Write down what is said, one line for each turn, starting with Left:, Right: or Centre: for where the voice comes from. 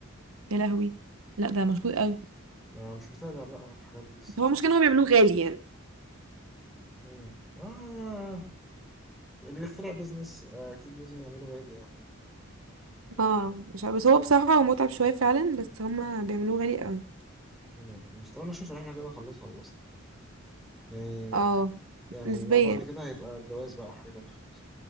Right: يا لهوي لا ده مشهور قوي
Centre: أنا مش متابع بقى الحاجات دي الصراحة
Right: بس هو مش كانوا بيعملوه غالي يعني
Centre: مم. آه اللي بيخترع بيزنس آه، أكيد لازم يعمله غالي يعني
Right: اه مش عارفة بس هو بصراحة هو متعب شوية فعلا بس هما بيعملوه غالي قوي
Centre: مم. مش طبعا أنا شايف إن إحنا كده خلاص خلصنا يعني
Right: اه
Centre: يعني
Right: نسبيا
Centre: ما بعد كده هيبقى الجواز بقى حاجة تانية خالص